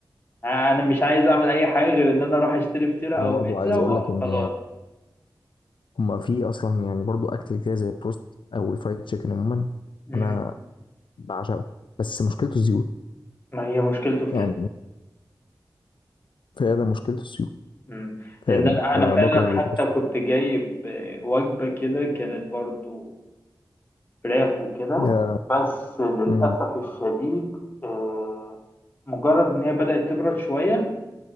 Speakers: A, on the left; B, on the left.
A: آه، انا مش عايز اعمل اي حاجة غير ان انا اروح اشتري فطيرة
B: انا
A: او
B: برضو
A: بيتزا
B: عايز
A: وخلاص
B: اقول لك ان هما في اصلا يعني برضو اكل كده زي البروست او الفرايد تشيكن عموما
A: مم.
B: انا بعشقه بس مشكلته الزيوت
A: ما هي مشكلته في
B: يعني
A: كده
B: فعلا مشكلته الزيوت
A: مم. لان
B: فعلا
A: انا انا
B: انا
A: فعلا
B: بكره
A: حتى
B: البروست
A: كنت جايب آه، وجبة كده كانت برضو فراخ وكده
B: يا
A: بس للأسف
B: مم.
A: الشديد آه، مجرد ان هي بدأت تبرد شوية